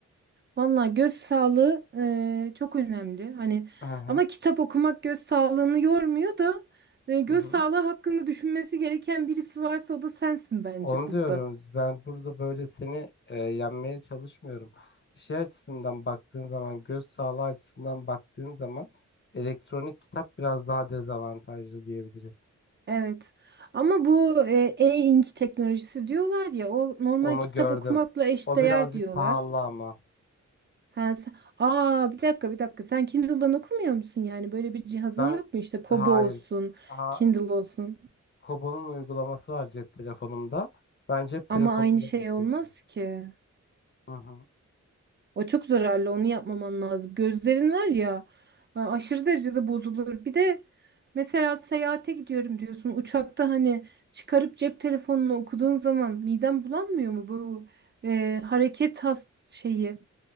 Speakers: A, on the right (about 35°); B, on the left (about 40°).
A: valla göz sağlığı e, çok önemli. Hani
B: Aha,
A: ama kitap okumak göz sağlığını yormuyor da e, göz
B: hı hı.
A: sağlığı hakkında düşünmesi gereken birisi varsa o da sensin bence
B: Onu
A: burada.
B: diyorum. Ben burada böyle seni e, yenmeye çalışmıyorum. Şey açısından baktığın zaman, göz sağlığı açısından baktığın zaman elektronik kitap biraz daha dezavantajlı diyebiliriz.
A: Evet. Ama bu e, e-ink teknolojisi diyorlar ya o normal
B: Onu
A: kitap
B: gördüm.
A: okumakla eşdeğer
B: O birazcık
A: diyorlar.
B: pahalı ama.
A: Ha, sen- Aa bir dakika bir dakika. Sen Kindle'dan okumuyor musun yani? Böyle bir cihazın
B: Ben
A: yok mu? İşte Kobo
B: hayır.
A: olsun,
B: Ha,
A: Kindle olsun.
B: Kobo'nun uygulaması var cep telefonumda. Ben cep telefonumda
A: Ama aynı şey
B: yapıyorum.
A: olmaz ki.
B: Hı hı.
A: O çok zararlı. Onu yapmaman lazım. Gözlerin var ya a- aşırı derecede bozulur. Bir de mesela seyahate gidiyorum diyorsun. Uçakta hani çıkarıp cep telefonunu okuduğun zaman miden bulanmıyor mu bu e, hareket has şeyi?